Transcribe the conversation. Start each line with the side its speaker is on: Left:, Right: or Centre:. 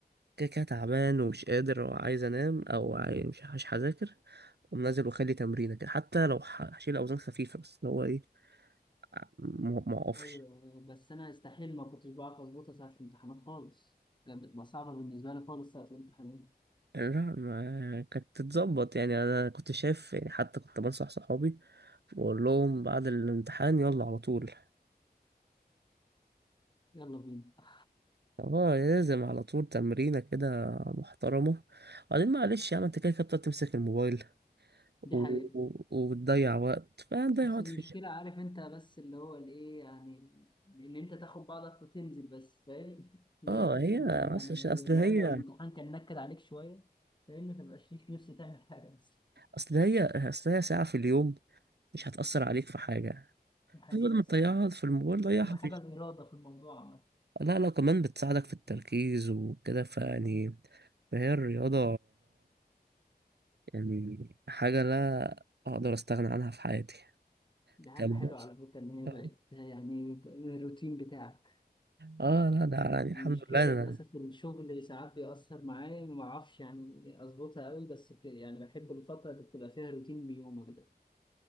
Right: كده كده تعبان ومش قادر وعايز أنام أو عاي- مش مش هذاكر أقوم نازل وأخلي تمرينة كده حتى لو ه- هشيل أوزان خفيفة بس اللي هو إيه م- ما أقفش
Left: أيوه بس أنا استحيل ما كنتش بعرف أظبطها ساعة الامتحانات خالص كانت بتبقى صعبة بالنسبة لي خالص ساعة الامتحانات
Right: لا ما كانت تتظبط يعني انا كنت شايف يعني حتى كنت بنصح صحابي واقول لهم بعد الامتحان يلا على طول
Left: يلا بينا <laughs>
Right: اه لازم على طول تمرينة كده محترمة وبعدين معلش يا عم انت كده كده بتقعد تمسك الموبايل و...
Left: دي حقيقة
Right: و- وبتضيع وقت فهتضيع
Left: بس
Right: وقت
Left: المشكلة
Right: في الجيم
Left: عارف انت بس اللي هو الايه يعني ان انت تاخد بعضك وتنزل بس فاهم <laughs> اللي
Right: اه
Left: هو تقول
Right: هي
Left: تنزل يعني
Right: بس
Left: ويا
Right: عشان- اصل هي
Left: سلام لو الامتحان كان نكد عليك شوية فاهمني مبقاش ليك نفس تعمل حاجة بس
Right: اصل هي اصل هي ساعة في اليوم مش هتأثر عليك في حاجة
Left: دي حقيقة
Right: بدل ما
Left: الصراحة
Right: تضيعها في الموبايل ضيعها
Left: أهم حاجة
Right: في الجيم
Left: الإرادة في الموضوع عامة
Right: لا لا كمان بتساعدك في التركيز وكده فيعني فهي الرياضة يعني حاجة لا أقدر أستغنى عنها في حياتي
Left: دي حاجة
Right: كمان.
Left: حلوة على فكرة إن هي
Right: آه
Left: بقت يعني الروتين بتاعك
Right: آه، لا ده يعني الحمد
Left: المشكلة
Right: لله
Left: للأسف
Right: أنا
Left: الشغل ساعات بيأثر معايا ما أعرفش يعني أظبطها أوي بس ك- يعني بحب الفترة اللي بتبقى فيها روتين بيومك